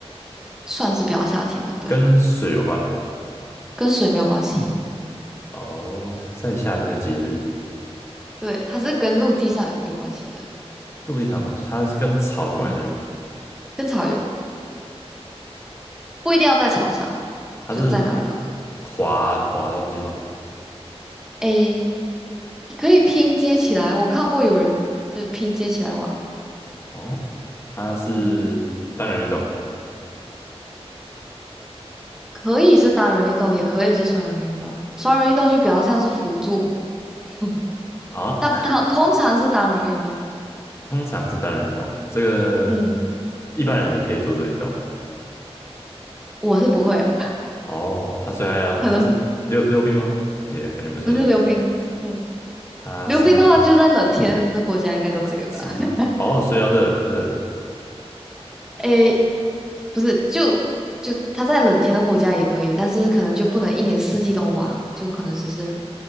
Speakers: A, in the centre; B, on the left (about 25°).
A: 算是比较夏天的，对，
B: 跟水有关。
A: 跟水没有关系，
B: 哦，它在夏天的节日，
A: 对，它是跟陆地上有关系的，
B: 陆地上的东西，它是跟草有关系吗？
A: 嗯，跟草有，不一定要在草上，
B: 它是
A: 就在哪里都可以，
B: 滑滑东西吗？
A: 诶。你可以拼接起来，我看过有人就拼接起来玩。
B: 哦，它是单人运动
A: 嗯，可以是单人运动，也可以是双人运动。双人运动就比较像是辅助，<laughs>
B: 啊？
A: 但它通常是单人运动。
B: 通常是单人运动，这个
A: 嗯，
B: 一般人也可以做做个运动。
A: 我是不会啊，
B: 哦，他虽然要他是溜溜冰吗？
A: <laughs> 可能
B: 也感觉不太像，
A: 不是溜冰。嗯，
B: 他是
A: 溜冰的话，就在冷天的国家应该都可以吧？
B: 直哦，所以要热热的
A: 诶，不是，就就它在冷天的国家也可以，但是可能就不能一年四季都玩，就可能只是